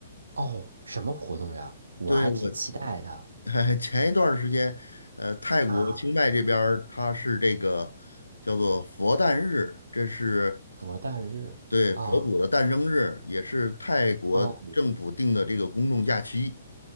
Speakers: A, on the right; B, on the left.
A: 哦，什么活动呀？我还挺期待的
B: 对，我 <laughs> 前一段儿时间，呃，泰国清迈这边儿它是这个叫做佛诞日，
A: 啊，
B: 这是
A: 佛诞日啊，
B: 对佛祖的诞生日，也是泰国政府定的这个公众假期。
A: 哦，